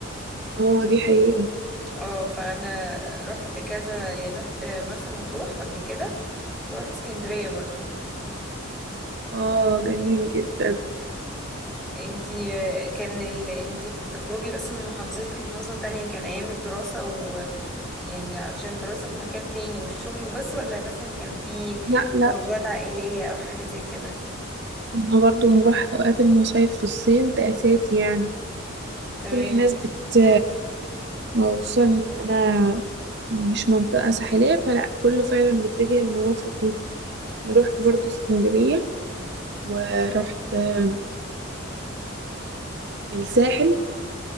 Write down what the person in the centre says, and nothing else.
اه فانا رحت كذا يعني رحت مرسى مطروح قبل كده ورحت اسكندرية برضو
انتي آه، كان ال... انتي بتخرجي بس من محافظتك لمحافظة تانية كان ايام الدراسة ويعني عشان الدراسة في مكان تاني والشغل وبس ولا مثلا كان في
خروجات عائلية او حاجة زي كده
تمام